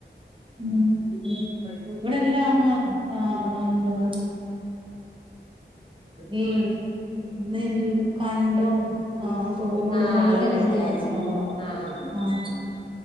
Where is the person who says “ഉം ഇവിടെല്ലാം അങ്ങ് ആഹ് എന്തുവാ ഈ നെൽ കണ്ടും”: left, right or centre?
Right